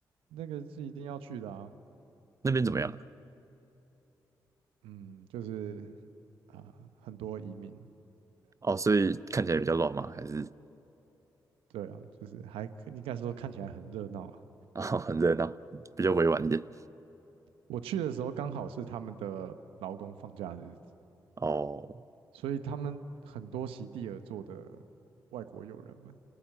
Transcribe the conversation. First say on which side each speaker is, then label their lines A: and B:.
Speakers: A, on the right; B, on the right.
A: 那个是一定要去的啊。
B: 那边怎么样啊？
A: 嗯，就是啊、很多移民，
B: 哦，所以看起来比较乱吗？还是
A: 对啊，就是还可应该说看起来很热闹啊。
B: 啊 <laughs> 很热闹，比较委婉一点？
A: 我去的时候刚好是他们的劳工放假日，
B: 哦，
A: 所以他们很多席地而坐的外国友人们，